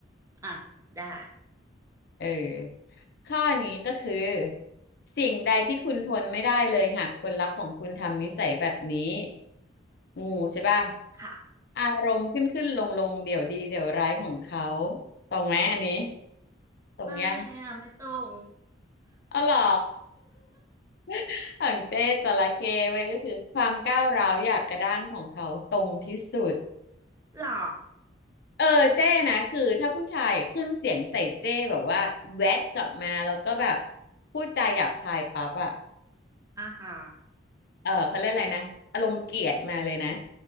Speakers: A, on the right; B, on the left.
A: อ่ะได้
B: เออข้อนี้ก็คือสิ่งใดที่คุณทนไม่ได้เลยหากคนรักของคุณทำนิสัยแบบนี้งูใช่ป่ะ
A: ค่ะ
B: อารมณ์ขึ้นขึ้นลงลงเดี๋ยวดีเดี๋ยวร้ายของเขาตรงไหมอันนี้ตรงยัง
A: ไม่อะไม่ตรง
B: อ๋อเหรอ <laughs> ของเจ๊จระเข้ไว้ยก็คือความก้าวร้าวหยาบกระด้างของเขาตรงที่สุด
A: หรอ
B: เออเจ๊นะคือถ้าผู้ชายขึ้นเสียงใส่เจ๊แบบว่าแวดกลับมาแล้วก็แบบพูดจาหยาบคายปั๊บอะ
A: อ่าฮะ
B: เออเขาเรียกอะไรนะอารมณ์เกลียดมาเลยนะ